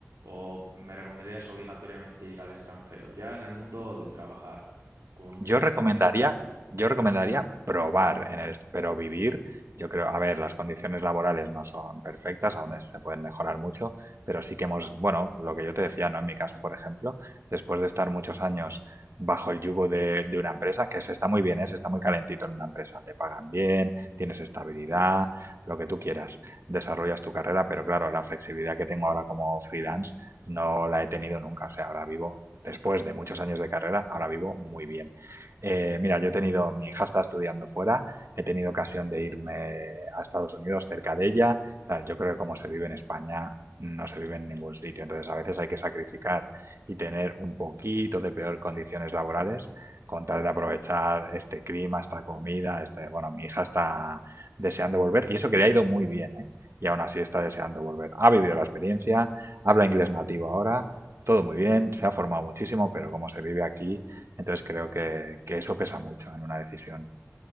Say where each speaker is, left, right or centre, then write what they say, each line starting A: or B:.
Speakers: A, on the right; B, on the right.
A: ¿O me recomendarías obligatoriamente ir al extranjero, ya en el mundo de trabajar, con un
B: Yo
A: puesto
B: recomendaría,
A: fijo?
B: yo recomendaría probar en el, est- pero vivir, yo creo, a ver, las condiciones laborales no son perfectas, aún es- se pueden mejorar mucho, pero sí que hemos, bueno, lo que yo te decía, ¿no? En mi caso, por ejemplo, después de estar muchos años bajo el yugo de, de una empresa, que se está muy bien, ¿eh? Se está muy calentito en una empresa, te pagan bien, tienes estabilidad, lo que tú quieras, desarrollas tu carrera, pero claro, la flexibilidad que tengo ahora como freelance no la he tenido nunca, o sea, ahora vivo después de muchos años de carrera, ahora vivo muy bien. Eh, mira, yo he tenido, mi hija está estudiando fuera, he tenido ocasión de irme a Estados Unidos cerca de ella. tal, Yo creo que como se vive en España, no se vive en ningún sitio. Entonces, a veces hay que sacrificar y tener un poquito de peor condiciones laborales con tal de aprovechar este clima, esta comida, este, bueno, mi hija está deseando volver y eso que le ha ido muy bien, ¿eh? Y aún así está deseando volver. Ha vivido la experiencia, habla inglés nativo ahora, todo muy bien, se ha formado muchísimo, pero como se vive aquí, entonces creo que, que eso pesa mucho en una decisión.